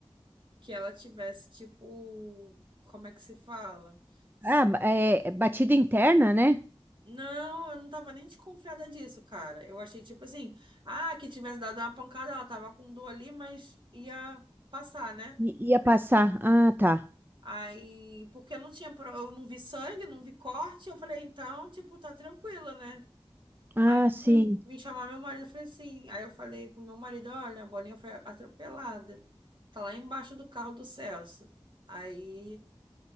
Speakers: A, on the right; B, on the right.
A: que ela tivesse, tipo, como é que se fala? Se-
B: Ah, é, é batida interna, né?
A: Não, eu não tava nem desconfiada disso, cara. Eu achei tipo assim, ah, que tivesse dado uma pancada, ela tava com dor ali, mas ia passar, né?
B: I- ia passar. Ah, tá.
A: Aí, porque eu não tinha, pro- eu não vi sangue, não vi corte, eu falei, então, tipo, tá tranquilo, né?
B: Ah,
A: Aí eu
B: sim.
A: fui me chamar meu marido, eu falei assim, aí eu falei pro meu marido, olha, a Boninha foi atropelada, tá lá embaixo do carro do Celso. Aí